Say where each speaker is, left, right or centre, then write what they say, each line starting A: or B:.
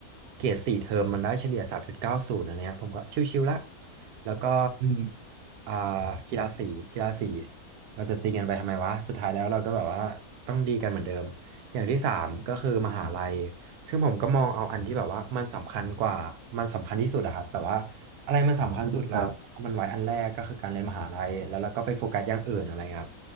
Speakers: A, on the right; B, on the right.
A: เกรดสี่เทอมมันได้เฉลี่ยสามจุดเก้าศูนย์อันเนี้ยผมก็ชิวๆละแล้วก็
B: อืม
A: อ่ากีฬาสีกีฬาสีเราจะตีกันไปทำไมวะสุดท้ายแล้วเราก็แบบว่าต้องดีกันเหมือนเดิมอย่างที่สามก็คือมหาลัย ซึ่งผมก็มองเอาอันที่แบบว่ามันสำคัญกว่ามันสำคัญที่สุดอะครับแบบว่าอะไรมันสำคัญสุดเราก็เอามันไว้อันแรกก็คือการเรียนมหาลัยแล้วเราก็ไปโฟกัสอย่างอื่นอะไรครับ
B: ครับ